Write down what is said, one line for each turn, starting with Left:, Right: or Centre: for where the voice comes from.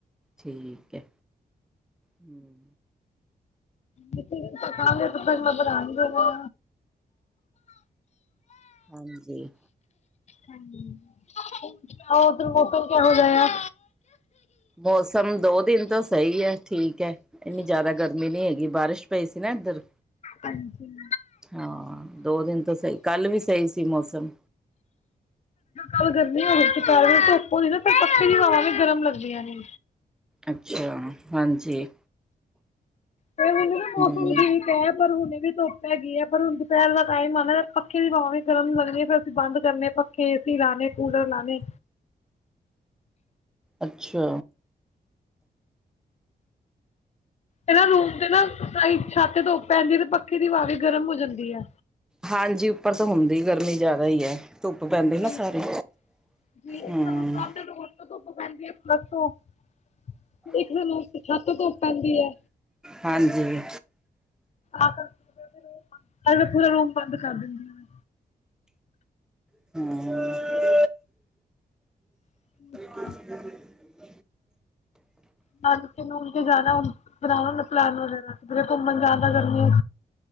Centre: ਠੀਕ ਹੈ ਹਮ
Left: ਲਿਟੀ ਚੋਖਾ ਖਾਣਗੇ ਫੇਰ ਨਜ਼ਰ ਆਉਣਗੇ ਬੋ
Centre: ਹਾਂਜੀ
Left: ਹਾਂਜੀ ਆ <unintelligible> ਉਧਨੂੰ ਫਰ ਕ ਜਾ ਆ
Centre: ਮੌਸਮ ਦੋ ਦਿਨ ਤੋਂ ਸਹੀ ਐ ਠੀਕ ਹੈ ਇੰਨੀ ਜ਼ਿਆਦਾ ਗਰਮੀ ਨਹੀਂ ਹੈਗੀ ਬਾਰਿਸ਼ ਪਈ ਸੀ ਨਾ ਇੱਧਰ
Left: ਹਾਂਜੀ ਹਾਂਜੀ
Centre: ਹਾਂ ਦੋ ਦਿਨ ਤੋਂ ਸਈ ਕੱਲ ਵੀ ਸਈ ਸੀ ਮੌਸਮ
Left: ਕਲ ਗਰਮੀ ਹੋ ਗਈ ਦੁਪਹਿਰੇ ਧੁੱਪ ਹੋਵੇ ਨਾ ਫੇਰ ਪੱਕੇ ਦੀ ਹਵਾ ਵੀ ਗਰਮ ਲੱਗਦੀਆਂ ਨੇ
Centre: ਅੱਛਾ ਹਾਂਜੀ
Left: ਕਈ ਵਾਰੀ ਮੈਨੂੰ ਮੌਸਮ
Centre: ਹੂੰ
Left: ਠੀਕ ਪਹਿਰ ਹੁਣੇ ਵੀ ਧੁੱਪ ਹੈ ਗਈ ਹੈ ਪਰ ਹੁਣ ਦੁਪਹਿਰ ਦਾ ਟਾਈਮ ਆ ਨਾ ਪੱਖੇ ਦੀ ਹਵਾਂ ਵੀ ਗਰਮ ਲੱਗਣੀ ਫੇਰ ਅਸੀਂ ਬੰਦ ਕਰਨੇ ਪੱਖੇ ਕੇਸੀ ਲਾਣੇ ਕੂਲਰ ਲਾਣੇ
Centre: ਅੱਛਾ
Left: ਇਹ ਨਾ ਰੂਮ ਤੇ ਨਾ ਸਾਈਡ ਛੱਤ ਤੇ ਧੁੱਪ ਪੈਂਦੀ ਤੇ ਪੱਖੀ ਦੀ ਹਵਾ ਵੀ ਗਰਮ ਹੋ ਜਾਂਦੀ ਐ।
Centre: ਹਾਂਜੀ, ਉੱਪਰ ਤਾਂ ਹੁੰਦੀ ਗਰਮੀ ਜ਼ਿਆਦਾ ਈ ਐ। ਧੁੱਪ ਪੈਂਦੀ
Left: ਬਿਲਕੁਲ
Centre: ਨਾ ਸਾਰੇ
Left: ਜੀ ਇੱਕ
Centre: ਹੂੰ,
Left: ਸਾਨੂੰ ਸਾਹਮਣੇ ਰੋਡ ਧੁੱਪ ਪੈਂਦੀ ਐ <unintelligible> <unintelligible> ਛੱਤ ਤੇ ਧੁੱਪ ਪੈਂਦੀ ਐ।
Centre: ਹਾਂਜੀ
Left: ਆ ਕਰ <unintelligible> ਪੂਰਾ ਰੂਮ ਬੰਦ ਕਰ ਦਿੰਦੀ। ਹਾਂ
Centre: <inaudible>
Left: <inaudible>
Centre: <inaudible>
Left: ਨਾਨਕੇ ਨੂੰਨਕੇ ਜਾਣਾ ਬਣਾਣਾ ਹੁੰਦਾ ਪਲੈਨ ਵਗੈਰਾ ਘੁੰਮਣ ਜਾਣ ਦਾ ਗਰਮੀਆਂ